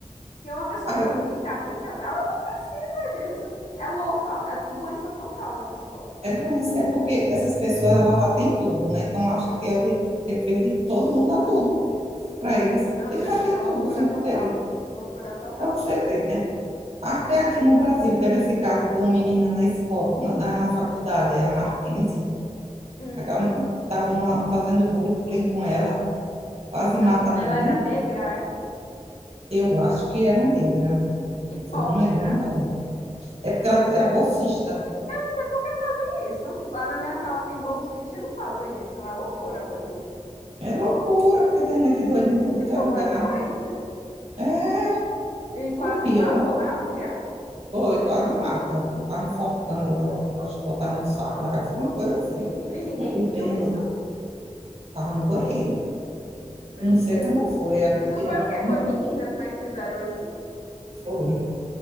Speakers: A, on the left (about 80°); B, on the right (about 60°).
A: Tem uma pessoa
B: Agora,
A: bonita, rica, ela não precisa disso. É louca, é doença total da pessoa.
B: é doença, é porque essas pessoas elas já têm tudo, né? Então acha que é o de- dever de todo mundo dar tudo para eles.
A: Não,
B: Ele
A: pra
B: já
A: mim
B: tem
A: isso é loucura
B: tudo, sempre
A: total.
B: teve.
A: Loucura total.
B: Para você ver, né? Até aqui no Brasil teve esse caso de uma menina na escola, na, na faculdade, era Marquense,
A: Hum.
B: estavam fazendo bullying com ela, quase mata
A: Ela
B: a
A: ela
B: menina.
A: era negra, é?
B: Eu acho que era negra,
A: E pobre,
B: se eu não me engano,
A: né?
B: era. É porque ela era bolsista.
A: Eu não sei por que fazem isso. Lá na minha sala tem bolsista e não fazem isso. É loucura mesmo.
B: É loucura, porque tem gente doida em
A: Esse
B: tudo que
A: povo
B: é lugar.
A: é doente.
B: É
A: E quase
B: o pior.
A: matam é, a mulher.
B: Foi, quase mata. Eu tava enforcando ela. Elas botaram um saco na cabeça, alguma coisa assim.
A: Menina, e ninguém
B: Não vi
A: viu
B: bem,
A: isso.
B: não- tava no banheiro.
A: Meu
B: Eu não sei
A: Deus.
B: como foi. Acudiram
A: Isso foi
B: a
A: o
B: menina,
A: quê? Foi
B: ela
A: meninas,
B: não
A: né, que fizeram isso.
B: foi.